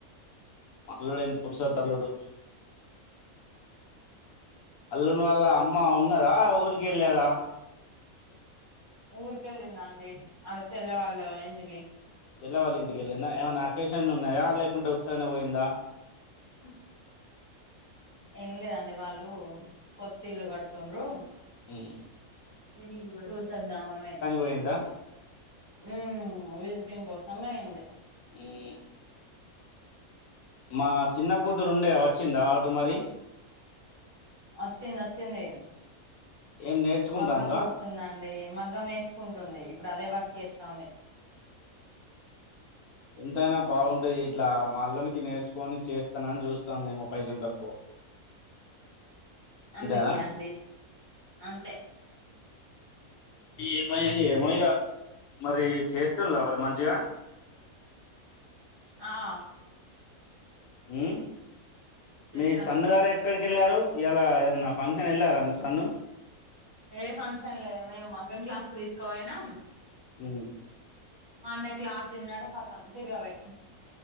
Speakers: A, on the left (about 70°); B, on the right (about 20°).
A: మళ్ళుడేన్ పురుషోత్తళ్ళుడు. అల్లును వాల్ళ అమ్మ అవు కదా ఊరికెల్లారా
B: ఊరికెళ్ళిందాండి ఆళ్ల చెల్లె వాళ్ళ ఇంటికి.
A: చెల్లవాళ్ళ ఇంటికిళ్ళిందా ఏమైనా అకేషన్ ఉన్నాయా, లేకుంటే ఉత్తగనే పోయిందా.
B: అహ్ ఏం లేదండి వాళ్ళు కొత్తిళ్ళు కడుతుండ్రు.
A: ఉమ్
B: ఉహు చూసొద్దామనీ బోయింది
A: పోయిందా?
B: ఊమ్ విజిటింగ్ కోసం. సమ్మయింది.
A: హ్మ్. మా చిన్న కూతురుండే వచ్చిందా అటు మరి?
B: వచ్చింది వచ్చింది.
A: ఏం నేర్చుకుంటాందా?
B: మగ్గం కుడుతుందండి మగ్గం నేర్చుకుంటుంది, ఇప్పుడు అదే వర్క్ చే తంది.
A: ఎంతైనా బాగుంటాయి ఇట్లా మళ్ళునికి నేర్చుకొని చేస్తానని చూస్తాన్నా ఇంక పైసలు తక్కువ. అంతేనా?
B: అందుకే అండి అంతే.
A: ఏమై ఏమో ఇగ మరి చేస్తుల్లా మరి మంచిగా.
B: ఆ
A: ఊ
B: చేత్తన్నాం
A: మీ సన్ గారెక్కడికెళ్ళారు. ఇలా ఏ నా ఫంక్షన్ వెళ్ళారా మిస్ సాన్
B: ఏ ఫంక్షన్ లేదు. మేము మగ్గం క్లాస్ కు తీసుకోపోయినా
A: ఉమ్
B: మన్నయ క్లాస్ విన్నడు. పక్కకు తిరగపో